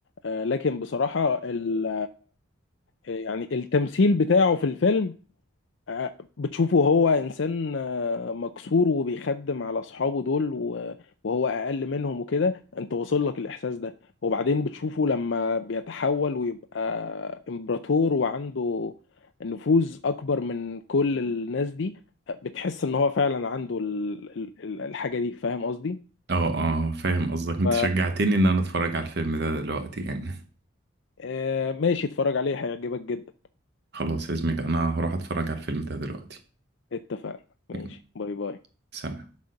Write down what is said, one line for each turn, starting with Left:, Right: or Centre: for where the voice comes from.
Left: آه، لكن بصراحة ال- يعني التمثيل بتاعه في الفيلم آه، بتشوفه هو إنسان آه، مكسور وبيخدم على أصحابه دول و- وهو أقل منهم وكده أنت واصل لك الإحساس ده وبعدين بتشوفه لما بيتحول ويبقى إمبراطور وعنده نفوذ أكبر من كل الناس دي آه، بتحس إن هو فعلا عنده ال- ال- ال- الحاجة دي فاهم قصدي؟
Right: اه اه فاهم قصدك انت
Left: ف
Right: شجعتني ان انا اتفرج على الفيلم ده دلوقتي يعني <laughs>
Left: آه، ماشي اتفرج عليه هيعجبك جدا
Right: خلاص يا زميلي انا هروح اتفرج على الفيلم ده دلوقتي
Left: اتفقنا ماشي
Right: يلا،
Left: باي باي
Right: سلام